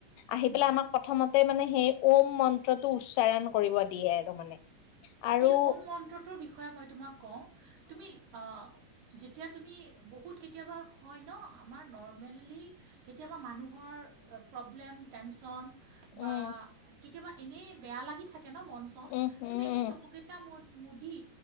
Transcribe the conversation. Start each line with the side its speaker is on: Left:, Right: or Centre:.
Left: আহি
Right: উম।
Left: পেলাই আমাক প্ৰথমতে মানে সেই ওম মন্ত্ৰটো উচ্চাৰণ কৰিব দিয়ে আৰু মানে। আৰু
Right: এই ওম মন্ত্ৰটোৰ বিষয়ে মই তোমাক কওঁ তুমি অ' যেতিয়া তুমি বহুত কেতিয়াবা হয় ন' আমাৰ নৰ্মেলি কেতিয়াবা মানুহৰ প্ৰব্লেম টেনশ্যন বা
Left: উম
Right: কেতিয়াবা এনেই বেয়া লাগি থাকে ন' মন চন
Left: উম উম
Right: তুমি
Left: উম
Right: এনে চকু কেইটা মু-মুদি